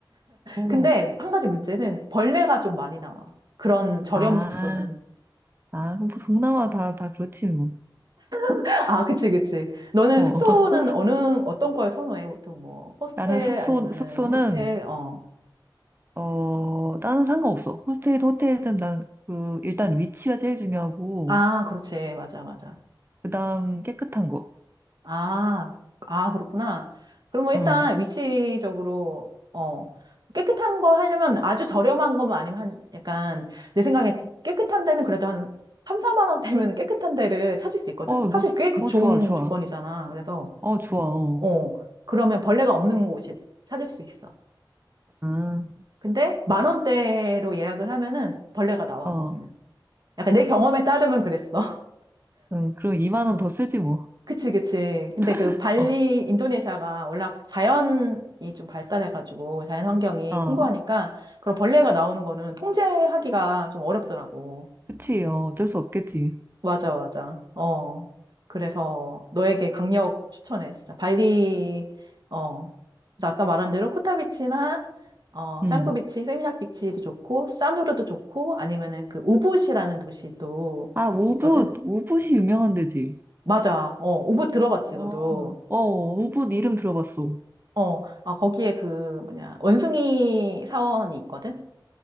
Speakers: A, on the right; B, on the right.
A: 어.
B: 근데 한 가지 문제는 벌레가 좀 많이 나와. 그런 저렴
A: 아.
B: 숙소는.
A: 아, 그럼 뭐 동남아 다, 다 그렇지, 뭐.
B: <laughs> 아, 그치, 그치. 너는
A: 어.
B: 숙소는
A: <laughs>
B: 어느, 어떤 걸 선호해? 보통 뭐, 호스텔
A: 나는 숙소,
B: 아니면은
A: 숙소는,
B: 호텔, 어.
A: 어, 나는 상관없어. 호스텔이든 호텔이든 난 그, 일단 위치가 제일 중요하고,
B: 아, 그렇지. 맞아, 맞아.
A: 그 다음 깨끗한 거.
B: 아, 아, 그렇구나. 그럼 뭐 일단
A: 응.
B: 위치적으로, 어, 깨끗한 거 하려면 아주 저렴한 거만 아니면 한, 약간, 내 생각에 깨끗한 데는 그래도 한 3, 4만 원 되면 깨끗한 데를 찾을 수 있거든?
A: 어, 너,
B: 사실 꽤 그-
A: 어,
B: 좋은
A: 좋아, 좋아.
B: 조건이잖아. 그래서,
A: 어, 좋아, 어.
B: 어, 그러면 벌레가 없는 곳이 찾을 수 있어.
A: 응,
B: 근데 만 원대로 예약을 하면은 벌레가 나와,
A: 어.
B: 거기는. 약간 내 경험에 따르면 그랬어.
A: 응, 그럼 2만 원 더 쓰지, 뭐.
B: 그치, 그치. 근데 그
A: <laughs>
B: 발리, 인도네시아가 워낙 자연이 좀 발달해가지고 자연 환경이
A: 어, 어.
B: 풍부하니까 그런 벌레가 나오는 거는 통제하기가 좀 어렵더라고.
A: 그치, 어, 어쩔 수 없겠지.
B: 맞아, 맞아. 어. 그래서 너에게 강력 추천해, 진짜. 발리, 어. 나 아까 말한 대로 코타비치나, 어,
A: 응.
B: 짱구비치, 세미냑 비치도 좋고, 싸누르도 좋고, 아니면은 그 우붓이라는 도시도
A: 아, 우붓,
B: 있거든?
A: 우붓이 유명한 데지.
B: 맞아. 어, 우붓 들어봤지,
A: 어,
B: 너도.
A: 어, 우붓 이름 들어봤어.
B: 어, 아, 거기에 그, 뭐냐, 원숭이 사원이 있거든?